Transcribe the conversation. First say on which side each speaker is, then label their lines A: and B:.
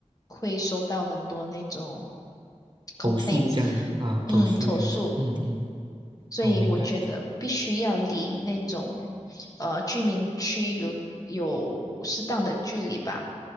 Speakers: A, on the left; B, on the right.
A: 会收到很多那种 complaints，
B: 投诉这样子啊，
A: 嗯，
B: 投诉这样子，
A: 投诉，
B: 嗯嗯，
A: 所以我觉得必须要离那种呃居民区有有适当的距离吧。
B: 我明白，